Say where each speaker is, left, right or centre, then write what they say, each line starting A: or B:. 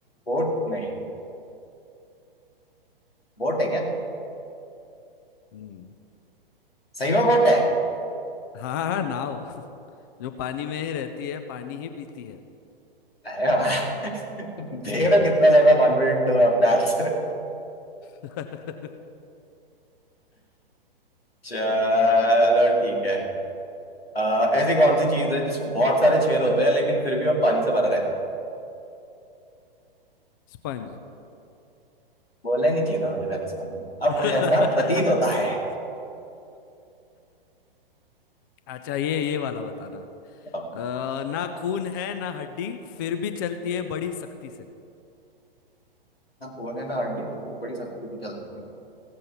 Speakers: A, on the left; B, on the left.
A: बोट नहीं बोट है क्या
B: हम्म
A: सही में बोट है
B: हाँ हाँ नाव <laughs> जो पानी में ही रहती है पानी ही पीती है
A: अरे वाह। देख
B: हम्म।
A: रहे हो कितना ज्यादा कॉन्फिडेंट हो अपने आंसर
B: <laughs>
A: चलो ठीक है अह, ऐसी कौन सी चीज है जिसमें बहुत सारे छेद होते हैं लेकिन फिर भी वो पानी से भरा रहता है
B: स्पंज
A: बोलना ही नहीं चाहिए था मुझे वैसे इसका अब
B: <coughs>
A: मुझे ऐसा प्रतीत होता है
B: अच्छा ये ये वाला बताना
A: अब
B: अ, ना खून है ना हड्डी फिर भी चलती है बड़ी सख्ती से
A: ना खून है ना हड्डी तो मेरी बड़ी सख्ती तो चलती है